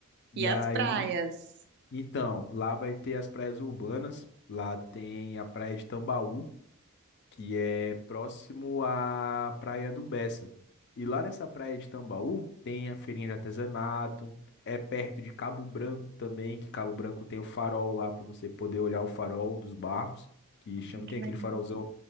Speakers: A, on the left; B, on the right.
A: E
B: E as
A: aí,
B: praias.
A: então, lá vai ter as praias urbanas, lá tem a praia de Tambaú, que é próximo à Praia do Bessa. E lá nessa praia de Tambaú tem a feirinha de artesanato, é perto de Cabo Branco também, que Cabo Branco tem o farol lá para você poder olhar o farol dos barcos, que
B: Ai,
A: chama, tem
B: que legal.
A: aquele farolzão,